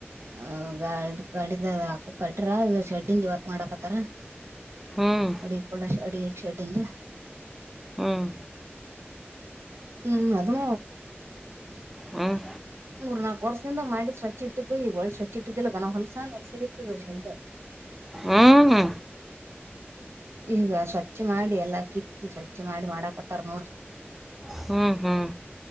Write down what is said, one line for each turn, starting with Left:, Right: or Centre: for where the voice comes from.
Right: ಆ ಗಾ ಗಡಿದ ಕಟ್ರ ಇ ಶೆಡ್ಡನ್ ಇವತ್ ಮಾಡಾಕತ್ತಾರ
Centre: ಹ್ಮ್
Right: ಅ ಪಳಾಶ ಅ ಹೆ ಶೆಡಿಂದಾ
Centre: ಹ್ಮ್
Right: ಹ್ಮ್ ಅದೂ
Centre: ಹ್ಮ್
Right: ಮೂರು ನಾಲ್ಕು ವರ್ಷ ಮಾಡಿ ಸ್ವಚ್ಛ ಇಟ್ಟಿದ್ದು ಈಗ ಒಳ್ಳೆ ಸ್ವಚ್ಛ ಇಟ್ಟಿದಿಲ್ಲ ಗನ ಹೊಲ್ಸಲ್ಸಗತದೆಟು
Centre: ಹ್ಮ್ ಹ್ಮ
Right: ಈಗ ಸ್ವಚ್ಛ ಮಾಡಿ ಎಲ್ಲಾ ಕಿತ್ತಿ ಸ್ವಚ್ಛ ಮಾಡಿ ಮಾಡಾಕ್ತ್ತಾರ ನೋಡ್ರಿ
Centre: ಹ್ಮ್ ಹ್ಮ್